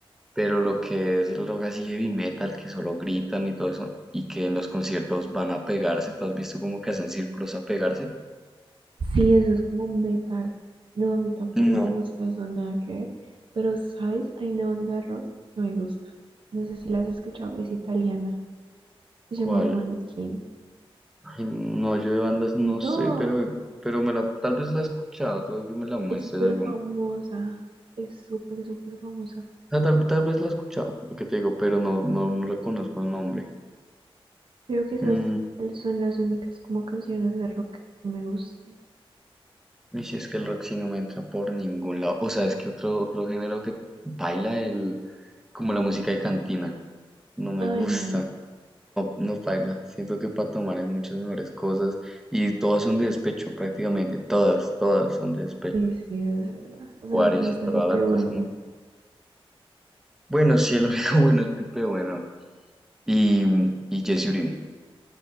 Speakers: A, in the centre; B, on the right.
A: pero lo que es el rock así heavy metal, que solo gritan y todo eso, y que en los conciertos van a pegarse, ¿tú has visto como que hacen círculos a pegarse?
B: Sí, eso es como metal. No, a mí tampoco
A: No.
B: me gusta eso, nada que ver. Pero, ¿sabes? Hay una banda de rock que me gusta. No sé si la has escuchado, es italiana. Se llama
A: ¿Cuál?
B: Maneskin.
A: Ay, no, yo de bandas no sé,
B: No,
A: pero, pero me la, tal vez la he escuchado, tal vez que me la muestres
B: es súper
A: algún
B: famosa.
A: día.
B: Es súper, súper famosa.
A: O sea, tal, tal vez la he escuchado, lo que te digo, pero no, no, no reconozco el nombre.
B: Creo que esas
A: Mm,
B: son las únicas como canciones de rock que me gustan.
A: y si es que el rock sí no me entra por ningún lado. O sea, es que otro, otro género que baila el, como la música de cantina. No me
B: Ay,
A: gusta.
B: no.
A: No, no baila Siento que para tomar hay muchas mejores cosas y todas son de despecho, prácticamente todas, todas son de despecho.
B: Sí, sí, es verdad. O
A: Acuarios
B: sea, no te gusta
A: y toda
B: Pipe
A: la cosa,
B: Bueno.
A: ¿no? Bueno, sí, el único <laughs> bueno es Pipe Bueno y, y Jesse Uribe